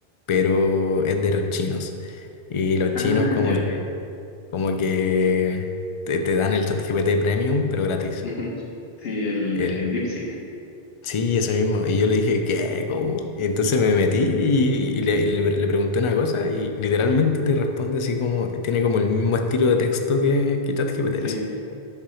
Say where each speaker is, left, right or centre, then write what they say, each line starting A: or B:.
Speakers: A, on the left; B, on the left.
A: pero es de los chinos. Y los
B: Ah,
A: chinos como
B: ya.
A: que... Como que te, te dan el ChatGPT Premium, pero gratis.
B: Ujú. Sí, el
A: El,
B: de DeepSeek.
A: sí, eso mismo. Y yo le dije, ¿qué? ¿Cómo? Y entonces me metí y, y le, y le- le pregunté una cosa y literalmente te responde así como, tiene como el mismo estilo de texto que, que ChatGPT
B: Sí,
A: hace.